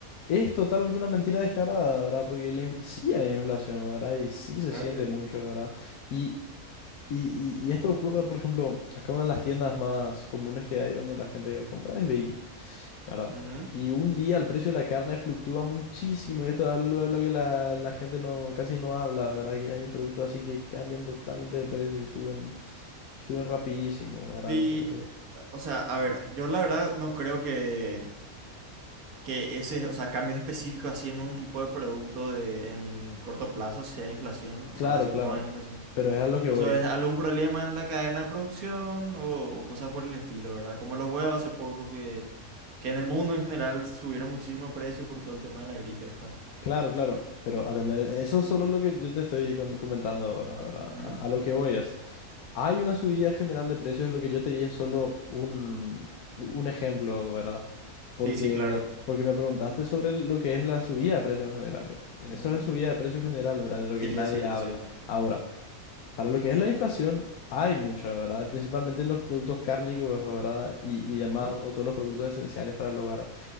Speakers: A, on the left; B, on the right.
A: es totalmente una mentira descarada, ¿verdad? Porque la infl- sí hay inflación, ¿verdad? Y sí se
B: Claro
A: siente
B: que sí.
A: mucho, ¿verdad? Y, y, y- y esto ocurre, por ejemplo, acá una de las tiendas más comunes que hay donde la gente compra es Veggie, ¿verdad?
B: Ujú.
A: Y un día el precio de la carne fluctúa muchísimo y esto es algo de lo que la, la gente no, casi no habla, ¿verdad? Que hay productos así que cambian totalmente de precio y suben, suben rapidísimo, ¿verdad?
B: Sí,
A: Entonces,
B: eh, o sea, a ver, yo la verdad no creo que... que ese, o sea, cambios específicos así en un tipo de producto de, en corto plazo sea inflación, o
A: claro,
B: sea, eso
A: claro,
B: no es inflación.
A: pero es a lo que
B: Eso
A: voy.
B: es algún problema en la cadena de producción o, o cosas por el estilo, ¿verdad? Como los huevos hace poco que, que en el mundo en general subieron muchísimo precio por todo el tema de la gripe esta.
A: Claro, claro, pero atender, eso es solo lo que yo te estoy con- comentando ahora, ¿verdad?
B: Ujú.
A: A, a lo que voy es, hay una subida general de precios, lo que yo te di es solo un, un ejemplo, ¿verdad? Porque,
B: Sí, sí, claro.
A: porque me preguntaste sobre lo que es la subida de precios en general. eh. Eso
B: Ujú.
A: es la subida de precios general, ¿verdad? De lo
B: Sí,
A: que nadie
B: es cierto,
A: habla.
B: es cierto.
A: Ahora, para lo que es la inflación, hay mucha, ¿verdad? Principalmente en los productos cárnicos, ¿verdad? Y, y demás,
B: Ujú.
A: o todos los productos esenciales para el hogar.